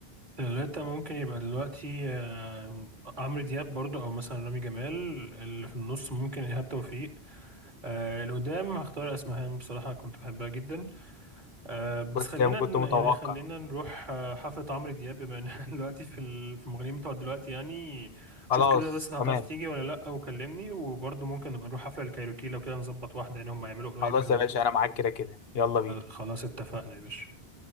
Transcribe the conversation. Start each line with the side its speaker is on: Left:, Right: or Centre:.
Right: ثلاثة ممكن يبقى دلوقتي آه، عمرو دياب برضو أو مثلا رامي جمال اللي في النص ممكن إيهاب توفيق آه، اللي قدام هختار أسمهان بصراحة كنت بحبها جدا أه بس
Left: كنت
Right: خلينا
Left: كنت
Right: ن-
Left: متوقع
Right: يعني خلينا نروح آه، حفلة عمرو دياب بما ان إحنا <laughs> دلوقتي في ال- في المغنيين بتوع دلوقتي يعني
Left: خلاص
Right: شوف كده بس انت
Left: تمام
Right: هتعرف تيجي ولا لا وكلمني وبرضه ممكن نبقى نروح حفلة الكايروكي لو كده نظبط واحدة يعني هم هيعملوا قريب
Left: خلاص
Right: قوي
Left: يا باشا انا معاك كده كده يلا بينا
Right: خلاص اتفقنا يا باشا